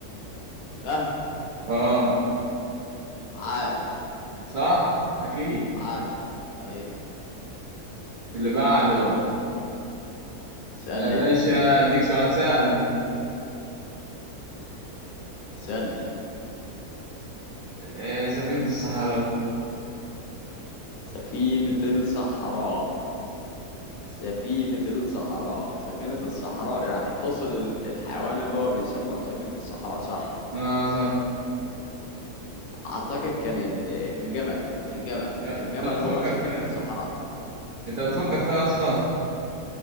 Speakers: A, on the left; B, on the right.
A: الفهد
B: اه
A: عاش
B: صح اكيد
A: عاش أيوه
B: اللي بعده
A: يلا اسألني
B: يا باشا
A: انت
B: اديك سؤال سهل
A: اسألني
B: آه سفينة الصحراء
A: سفينة الصحراء سفينة الصحراء سفينة الصحراء يعني تقصد ال- الحيوان اللي هو بيسمى بسفينة الصحراء صح؟
B: اه صح
A: أعتقد كان ال- الجمل الجمل
B: انت
A: الجمل
B: انت بتفكر
A: هو سفينة
B: فيها
A: الصحراء
B: انت بتفكر فيها يا اسطى